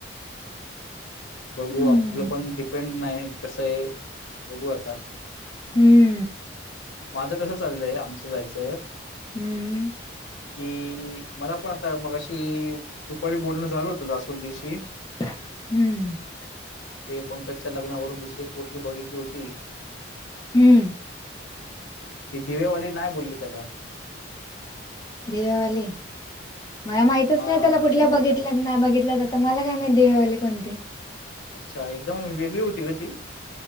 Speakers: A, on the left (about 75°); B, on the left (about 20°).
A: बघू
B: हम्म
A: आपलं पण डिपेंड नाही कसं आहे बघू आता.
B: हम्म.
A: माझं कसं चाललंय आमचं जायचं
B: हम्म
A: कि मला पण आता मगाशी दुपारी बोलणं झाल होत जास्वंदिशी
B: हम्म
A: ते पंकजच्या लग्नावरून दुसरी पोरगी बघितली होती.
B: हम्म
A: ती दिवेवाली नाही बोलली त्याला
B: दिवावाली मला माहितच
A: हा,
B: नाही त्याला कुठल्या बघितलं ना बघितलं आता मला काय मा देवावली कोणती
A: अच्छा एकदम वेगळी होती ग ती